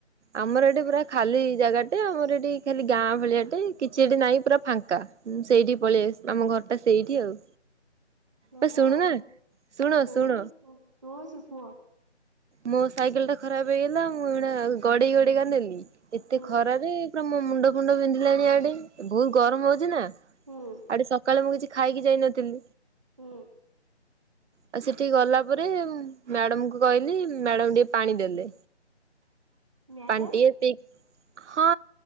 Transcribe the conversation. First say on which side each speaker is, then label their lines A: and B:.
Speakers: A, on the right; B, on the right.
A: ଆମର ଏଠି ପୁରା ଖାଲି ଜାଗାଟେ ଆମର ଏଠି ଖାଲି ଗାଁ ଭଳିଆଟେ କିଛି ଏଠି ନାହିଁ ପୁରା ଫାଙ୍କା। ହୁଁ ସେଇଠିକି ପଳେଇ ଆସ ଆମ ଘର ଟା ସେଇଠି ଆଉ।
B: ନା
A: ବେ
B: ନା
A: ଶୁଣୁନା
B: ମୁଁ କଣ
A: ଶୁଣ
B: କହୁନ
A: ଶୁଣ
B: ସୁଣୁଚି କୁହ।
A: ମୋ ସାଇକେଲ ଟା ଖରାପ ହେଇଗଲା, ମୁଁ ହେଟା ଗଡେଇ ଗଡେଇ କା ନେଲି। ଏତେ
B: ହୁଁ
A: ଖରାରେ ପୁରା ମୋ ମୁଣ୍ଡ ଫୁଣ୍ଡ ବିନ୍ଧିଲାଣି ଇଆଡେ। ବହୁତ୍ ଗରମ ହଉଚି ନା।
B: ହୁଁ
A: ଆଡେ ସକାଳେ ମୁଁ କିଛି ଖାଇକି ଯାଇନଥିଲି।
B: ହୁଁ।
A: ଆଉ ସେଠିକି ଗଲା ପରେ, ମ୍ୟାଡମ୍ କୁ କହିଲି ମ୍ୟାଡ଼ାମ୍ ଟିକେ ପାଣି ଦେଲେ।
B: ମ୍ୟାଡାମ
A: ପାଣି ଟିକେ ହଁ